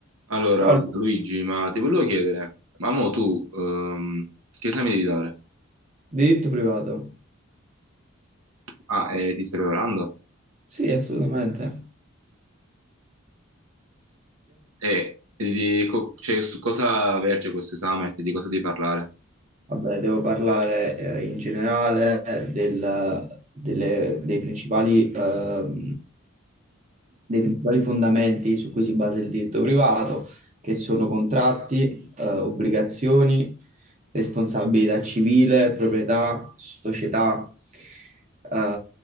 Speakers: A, on the right (about 85°); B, on the right (about 35°).
A: Allora,
B: Ciao,
A: Luigi, ma ti volevo chiedere, ma mo tu ehm, che esame devi dare?
B: diritto privato.
A: Ah, eh, ti stai preparando?
B: Sì, assolutamente.
A: E, e di- co- cioè, su cosa verge questo esame? Di cosa devi parlare?
B: Vabbè, devo parlare eh, in generale del- delle- dei principali, ehm, dei principali fondamenti su cui si basa il diritto privato, che sono contratti, eh, obbligazioni responsabilità civile, proprietà, società, eh,